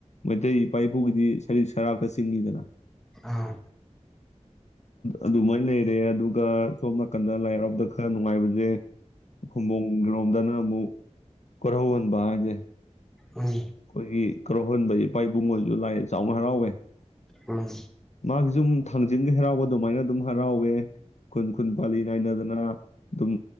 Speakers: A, on the left; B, in the centre.
A: ꯃꯩꯇꯩ ꯏꯄꯥ ꯏꯄꯨꯒꯤꯗꯤ ꯁꯔꯤꯛ-ꯁꯔꯥꯛꯇ ꯆꯤꯡꯉꯤꯗꯅ
B: ꯑꯥ
A: ꯑꯗꯨꯃꯥꯏꯅ ꯂꯩꯔꯦ ꯑꯗꯨꯒ ꯁꯣꯝ ꯅꯥꯀꯟꯗ ꯂꯥꯏ ꯍꯔꯥꯎꯗ ꯈꯔ ꯅꯨꯡꯉꯥꯏꯕꯖꯦ ꯈꯨꯝꯕꯣꯡ ꯔꯣꯝꯗꯅ ꯑꯃꯨꯛ ꯀꯣꯔꯧꯍꯟꯕ ꯍꯥꯏꯖꯦ
B: ꯎꯝ
A: ꯑꯈꯣꯏꯒꯤ ꯀꯔꯧꯍꯟꯕ ꯏꯄꯥ ꯏꯕꯨꯡꯖꯨ ꯂꯥꯏ ꯆꯥꯎꯅ ꯍꯔꯥꯎꯋꯦ
B: ꯎꯝ
A: ꯃꯥꯒꯤꯖꯨ ꯊꯥꯡꯖꯤꯡꯒꯤ ꯍꯔꯥꯎꯕ ꯑꯗꯨꯃꯥꯏꯅ ꯑꯗꯨꯝ ꯍꯔꯥꯎꯋꯦ ꯈꯨꯟ-ꯈꯨꯟ ꯄꯥꯜꯂꯤ ꯅꯥꯏꯅꯗꯅ ꯑꯗꯨꯝ